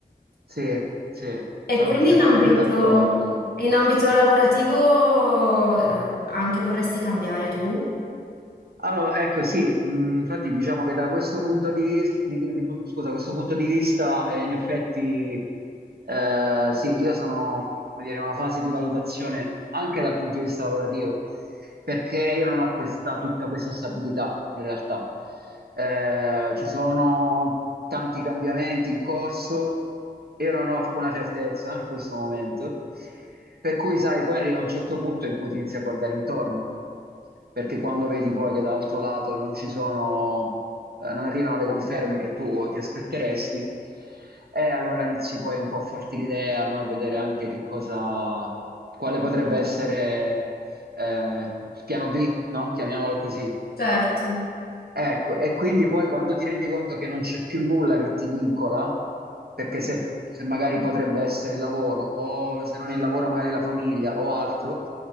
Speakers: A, on the right; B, on the left.
A: Sì, sì,
B: E
A: sono
B: quindi
A: perfettamente
B: in ambito,
A: d'accordo.
B: in ambito lavorativo, eh, anche vorresti cambiare tu?
A: Allora, ecco sì, mh, infatti diciamo che da questo punto di vista, scusa, questo punto di vista eh, in effetti eh, sì, io sono, come dire, in una fase di valutazione anche dal punto di vista lavorativo, perché io non ho questa, tutta questa stabilità in realtà. Eh, ci sono tanti cambiamenti in corso, io non ho alcuna certezza in questo momento, per cui sai, poi arriva un certo punto in cui ti inizi a guardare intorno perché quando vedi poi che dall'altro lato non ci sono, eh, non arrivano le conferme che tu ti aspetteresti, e allora inizi poi un po' a farti l'idea, no? A vedere anche che cosa, quale potrebbe essere eh, il piano B, no? Chiamiamolo così.
B: Certo,
A: Ecco, e quindi poi quando ti rendi conto che non c'è più nulla che ti vincola, perché se, se magari potrebbe essere il lavoro, o se non è il lavoro magari la famiglia o altro,